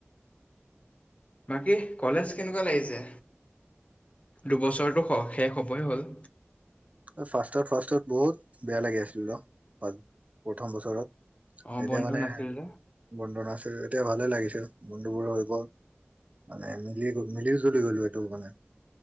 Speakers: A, on the left; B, on the right.
A: বাকী কলেজ কেনেকুৱা লাগিছে? দুবছৰটো শ-শেষ হ'বই হ'ল।
B: ফাৰ্ষ্টত ফাৰ্ষ্টত বহুত বেয়া লাগি আছিলো, বাট প্ৰথম বছৰত তেতিয়া
A: অ বন্ধু
B: মানে
A: নাছিল যে
B: বন্ধু নাছিল, এতিয়া ভালে লাগিছে বন্ধুবোৰো হৈ গ'ল। মানে মিলি গ, মিলি-জুলি গ'লো এইটো মানে।